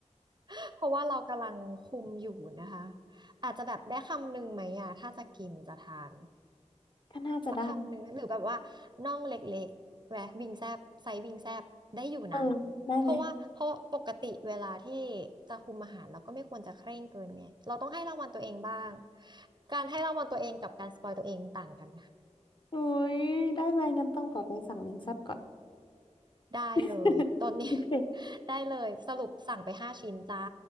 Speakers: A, on the right; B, on the left.
A: <laughs> เพราะว่าเรากำลังคุมอยู่นะคะอาจจะแบบได้คำหนึ่งไหมอ่ะถ้าจะกินจะทาน
B: ก็น่าจะได้
A: สักคำหนึ่งหรือแบบว่าน่องเล็กๆแหวะวิงแซบไซส์วิงแซบได้อยู่นะ
B: เออได้ไหม
A: เพราะว่าเพราะปกติเวลาที่จะคุมอาหารเราก็ไม่ควรจะเคร่งเกินไงเราต้องให้รางวัลตัวเองบ้างการให้รางวัลตัวเองกับการสปอยตัวเองต่างกัน
B: อุ้ยได้ไหมงั้นต้องขอไปสั่งเล้งแซ่บก่อน
A: <laughs> ได้เลยตอนนี้
B: <laughs> โอเค
A: <laughs> ได้เลยสรุปสั่งไปห้าชิ้นจ้า